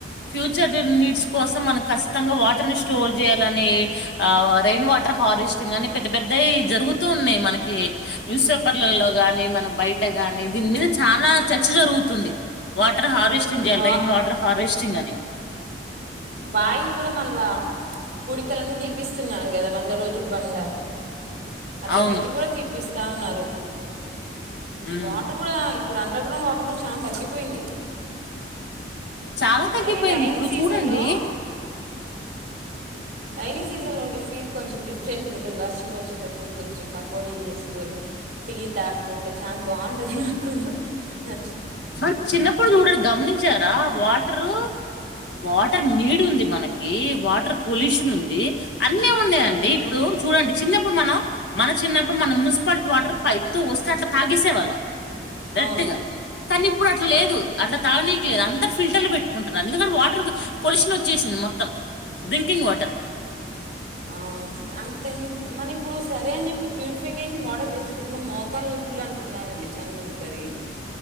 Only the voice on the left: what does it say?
ఫ్యూచర్ నీడ్స్ కోసం మనక ఖచ్చితంగా వాటర్ ని స్టోర్ చేయాలని ఆ రెయిన్ వాటర్ హార్వేస్టింగ్ అని పెద్ద పెద్ద జరుగు తున్నాయి మనకి న్యూస్ పేపర్లలో గానీ మన బయట గాని దీని మీద చానా చర్చ జరుగుతుంది. వాటర్ హార్వెస్టింగ్
చేయాలి,
రైన్ వాటర్ హార్వెస్టింగ్ అని.
అవును
ఉమ్
చాలా తగ్గిపోయింది
ఇప్పుడు
చూడండి
మన్ చిన్నప్పుడు చూడరు గమనించారా వాటరు వాటర్ నీడ్ ఉంది, మనకి వాటర్ పొల్యూషన్ ఉంది, అన్నీ ఉన్నాయండి ఇప్పుడు చూ. డండి చిన్నప్పుడు మనం, మన చిన్నప్పుడు మనం మున్సిపాలిటీ వాటర్ పైప్ తో వొస్తే అట్లా తాగేసేవాళ్ళం. దట్టుగా
కానీ ఇప్పుడు అట్లా లేదు అట్లా తాగనీకి లేదు. అందరు ఫిల్టర్లు పెట్టుకుంటున్నారు, ఎందుకంటే వాటర్ పొల్యషన్ వచ్చేసింది మొత్. డ్రింకింగ్ వాటర్